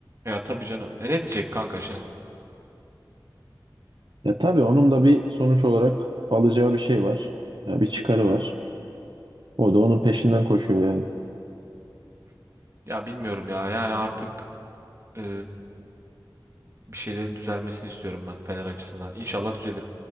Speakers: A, on the right; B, on the right.
A: Ya tabii canım. E ne diyecek kanka şimdi?
B: Ya tabii onun da bir sonuç olarak alacağı bir şey var. Ya bir çıkarı var. O da onun peşinden koşuyor yani.
A: Ya bilmiyorum ya. Yani artık eee, bir şeylerin düzelmesini istiyorum ben Fener açısından. İnşallah düzelir.